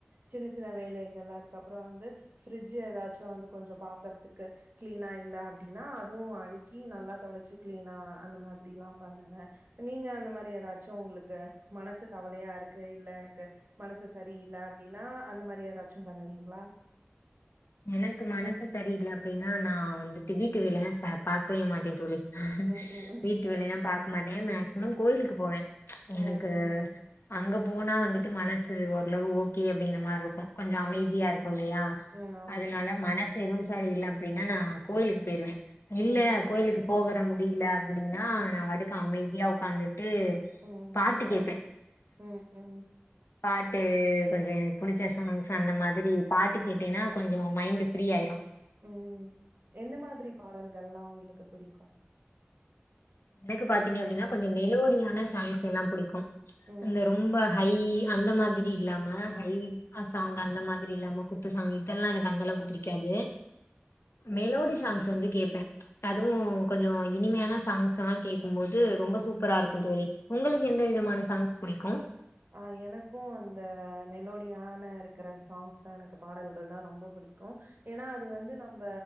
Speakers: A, on the right (about 50°); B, on the left (about 65°).
A: சின்ன சின்ன வேலைகள்ளா இருக்கு அப்றோ வந்து ஃப்ரிட்ஜு ஏதாச்சு வந்து கொஞ்ச பாக்கறதுக்கு க்ளீனா இல்ல அப்படின்னா அதுவு அடுக்கி நல்லா தொடச்சி க்ளீனா அந்த மாதிரில்லா பண்ணுவே நீங்க அந்த மாரி ஏதாவது ச்சோ உங்களுக்கு மனசு கவலையா இருக்கு இல்ல எனக்கு மனசு சரியில்ல அப்படின்னா அந்த மாரி ஏதாச்சு பண்ணுவீங்களா
B: எனக்கு மனசு சரில்ல அப்டின்னா நா வந்துட்டு வீட்டு வேலைன்னா ச பாக்கவே மாட்டே தோழி
A: ம் ம் ம்
B: வீட்டு வேலையெல்லா பாக்க மாட்டே மேக்சிமம்
A: ம்
B: கோயிலுக்கு போவே எனக்கு
A: ம் ம்
B: அங்க போனா வந்துட்டு மனசு ஓரளவு ஓகே அப்படிங்கிற மாரி இருக்கு கொஞ்சோ அமைதியா
A: ம்.
B: இருக்கு இல்லையா
A: ம். ஆமா.
B: அதனால மனசு எதுவு சரியில்ல அப்டின்னா நா கோயிலுக்கு போயிருவே
A: ம்.
B: இல்லையா கோயிலுக்கு போகர் க முடியில அப்டின்னா நா வாட்டுக்கு அமைதியா உக்காந்துட் ட்டு
A: ம்.
B: பாட்டு கேப்பே
A: ம். ம்.
B: பாட்டு கொஞ்சோ எனக்கு புடிச்ச சாங்ஸ் அந்த மாதிரி பாட்டு கேட்டேனா கொஞ்சோ மைண்டு ஃப்ரீ ஆயிரு
A: ம் எந்த மாதிரி பாடல்கள்லா உங்ளுக்கு புடிக்கு
B: எனக்குப் பாத்திங்க அப்டினா கொஞ்சோ மெலோடியான சாங்ஸ் எல்லா புடிக்கு
A: ம்.
B: அந்த
A: ம்.
B: ரொம்ப ஹை அந்த மாதிரி இல்லாம ஹை சாங் அந்த மாதிரி இல்லாம குத்து சாங் இதெல்லா எனக்கு அந்த அளவுக்கு பிடிக்காது மெலோடி சாங்ஸ் வந்து கேப்பே அதுவு கொஞ்ச இனிமையான சாங் ஸ்லா கேக்கும்போது ரொம்ப சூப்பரா இருக்கு தோழி உங்களுக்கு எந்த விதமான சாங்ஸ் புடிக்கு
A: அ எனக்கு அந்த மெலோடியான இருக்கிற சாங்ஸ் தா எனக்கு பாடல்கள் தான் ரொம்ப புடிக்கு ஏன்னா அது வந்து நம்ம